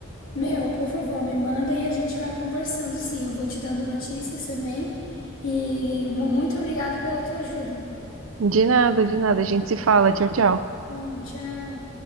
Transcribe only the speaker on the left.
Meu, por favor, me manda e a gente vai conversando, sim. Eu vou te dando notícias também. E mu- muito obrigado pela tua ajuda. Tá
Bom, tchau.